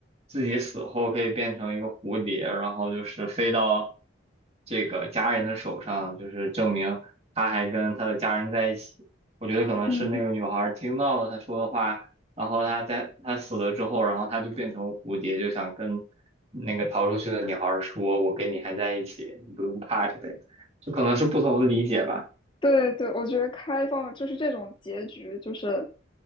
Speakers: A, on the right (about 30°); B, on the left (about 25°).
A: 自己死后可以变成一个蝴蝶，然后就是飞到这个家人的手上，就是证明她还跟她的家人在一起。我觉得可能是那个女孩儿听到了他说的话，
B: 嗯。
A: 然后他在他死了之后，然后他就变成蝴蝶，就想跟那个逃出去的女孩儿说：“我跟你还在一起，你不用怕之类的。”就可能是不同的理解吧。
B: 对对，我觉得开放就是这种结局，就是